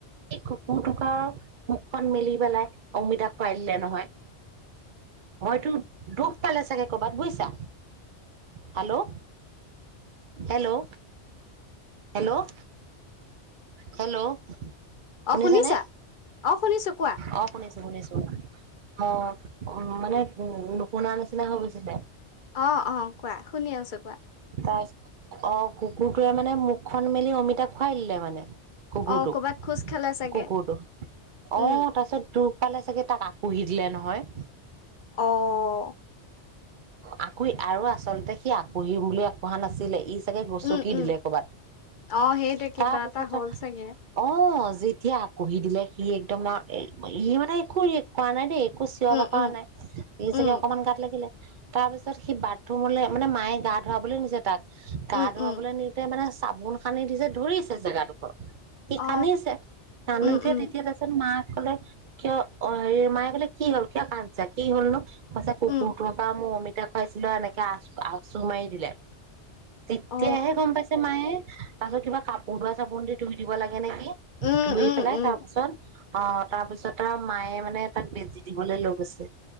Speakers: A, on the right (about 50°); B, on the left (about 50°).
A: সেই কুকুৰটোক মুখখন মেলি পেলাই অমিতা খুৱাই দিলে নহয় হয়তো দুখ পালে চাগে। বুজিছা হেল্লো হেল্লো। হেল্ল' হেল্ল'
B: অ',
A: শুনিছ
B: শুনিছা?
A: নে
B: অ', শুনিছো কোৱা।
A: অ শুনিছা অ' উ মানে উ নুশুনা নিচিনা হৈ গৈছিল
B: অ' অ' কোৱা, শুনি আছো কোৱা
A: তাৰছ অ' কুকুৰটোৱে মানে মোক খন মেলি অমিতা খোৱাই দিলে মানে কুকুৰটোক
B: অ', কৰ'বাত খোজ খালে চাগে।
A: কুকুৰটো,
B: উম,
A: অ' তাৰপিছত তোক পালে চাগে তাক আঁচুৰি দিলে নহয়।
B: অ'
A: আঁক আৰু আচলতে সি আঁকহি বুলি আগবহা নাছিলে ই চাগে গছকি
B: উম, উম।
A: দিলে কৰবাত
B: অ' সেইটো কিবা
A: তাৰ পিছত
B: এটা হ'ল চাগে
A: অ' যেতিয়া আকোহি দিলে সি একদম ই মানে এক ৰিয়েক্ত কোৱা নাই দেই একো চিঞৰ
B: উম,
A: বাক ৰ কৰা
B: উম,
A: নাই
B: উম,
A: স চাগে অকমান গাত লাগিলে তাৰ পিছত সি বাথৰুমলৈ মানে মায়ে গা ধুৱাব বুলিলৈ নিছে তাক
B: উম,
A: গা' ধুৱাবলৈ
B: উম।
A: নিওঁতে মানে চাবোন খানি দিছে, ধৰিছে জেগাডোখৰ স
B: অ',
A: কানিছে কানিছে
B: উম, উম,
A: তেতিয়া তাৰপছত মাক কলে কিয় অ হেৰি মায়ে কোলে কি হ'ল কিয় কানিছ' কি হল নো কইছে কুকুৰ
B: উম।
A: টোৰ পৰা মমিত তেতিয়া পুৱাইছিলো, এনেকে আ আচো মাৰি দিলে তেতিয়াহে
B: অ',
A: গম পাইছে মায়ে তাৰ পাছত কিবা কাপোৰ ধোৱা চাবোন দি ধুই দিব লাগে এনেকে
B: উম,
A: ধুই
B: উম,
A: পেলাই
B: উম,
A: অ' তাৰপিছত তাৰ মায়ে মানে তাক বেজি দিবলৈ লৈ গৈছে।